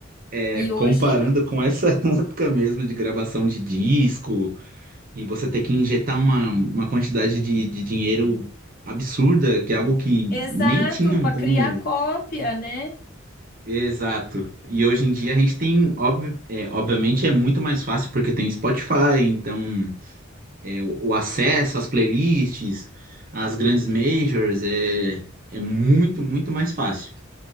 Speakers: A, on the right (about 45°); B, on the left (about 50°).
A: É,
B: E hoje,
A: comparando com essa <laughs> época mesmo de gravação de disco, e você ter que injetar uma, uma quantidade de, de dinheiro absurda, que é algo que
B: exato,
A: nem tinham
B: para
A: como.
B: criar cópia, né?
A: Exato. E hoje em dia a gente tem, ob- é, obviamente é muito mais fácil porque tem Spotify, então é, o, o acesso às playlists, às grandes majors é, é muito, muito mais fácil.